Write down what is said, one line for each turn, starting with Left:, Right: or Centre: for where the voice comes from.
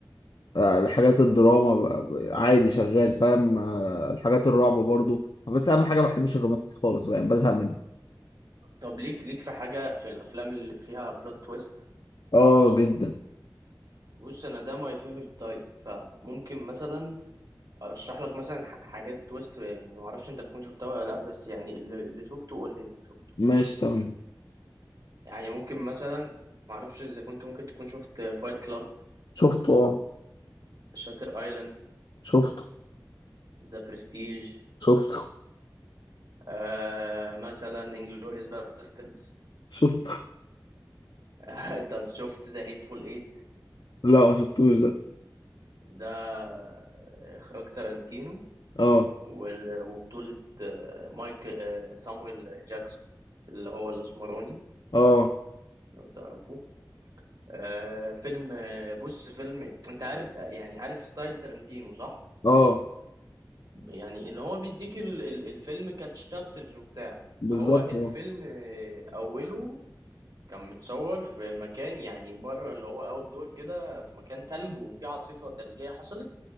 Left: آه، الحاجات الدراما ب- ب- عادي شغال فاهم آه، الحاجات الرعب برضه بس أهم حاجة ما بحبش الرومانسي خالص بقى بزهق منه
Right: طب ليك ليك في حاجه في الافلام اللي فيها بلوت تويست
Left: آه جدا
Right: بص انا ده ماي فيفورت تايب فممكن مثلا ارشح لك مثلا ح- حاجات تويست يعني ما اعرفش انت تكون شفتها ولا لا بس يعني اللي, اللي شفته قول لي انك شفته
Left: ماشي تمام
Right: يعني ممكن مثلا ما اعرفش اذا كنت ممكن تكون شفت فايت كلاب
Left: شفته آه
Right: شاتر ايلاند
Left: شفته
Right: ذا برستيج
Left: شفته
Right: آه مثلا انجلوريوس باستردز
Left: شفته
Right: <laughs> طب شفت ذا هيتفول ايت
Left: لا ما شفتوش ده
Right: ده اخراج تارانتينو
Left: اه
Right: وال- وبطولة آه، مايك آه، سامويل جاكسون اللي هو الاسمراني
Left: اه
Right: لو تعرفوه آه فيلم آه بص فيلم انت عارف آه، يعني عارف ستايل تارنتينو صح
Left: اه
Right: يعني اللي هو بيديك ال- ال- الفيلم كتشابترز وبتاع
Left: بالظبط
Right: هو الفيلم
Left: اه
Right: آه، اوله كان متصور في مكان يعني بره اللي هو اوت دور كده في مكان تلج وفي عاصفة تلجية حصلت